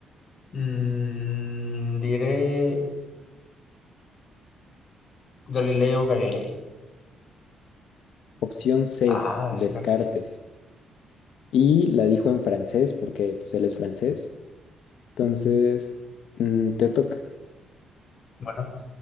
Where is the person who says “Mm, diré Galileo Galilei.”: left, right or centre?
Left